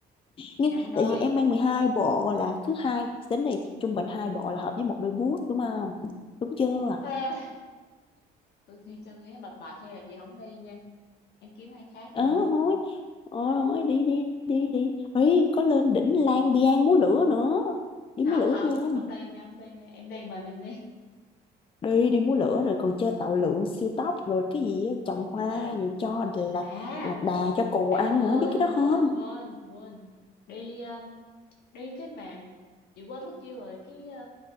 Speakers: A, on the left (about 30°); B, on the left (about 75°).
A: nhưng
B: năm đôi
A: tại vì em mang 12 bộ là cứ hai đến đi trung bình hai bộ là hợp với một đôi boot đúng không đúng chưa
B: à, tôi khi tôi nghĩ bập bệt hay là chị không đi nha em kiếm ai khác
A: ờ
B: được không
A: thôi ờ thôi đi đi đi đi ấy có lên đỉnh Lang Biang múa lửa nữa đi
B: không
A: múa lửa
B: không
A: với em
B: không đi nha không đi nha em đi mình em đi
A: đi đi múa lửa rồi còn chơi tàu lượn siêu tốc rồi cái gì á, trồng hoa
B: gì trời
A: rồi cho là
B: à
A: lạc đà cho cù
B: à
A: ăn
B: quên
A: nữa biết cái đó
B: quên
A: không
B: quên quên đi um, đi cái mà chị quên mất tiêu rồi cái ờ,